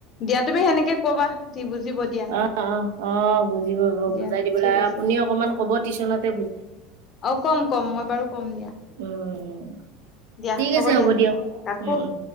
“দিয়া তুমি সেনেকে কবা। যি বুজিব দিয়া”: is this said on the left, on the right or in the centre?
Left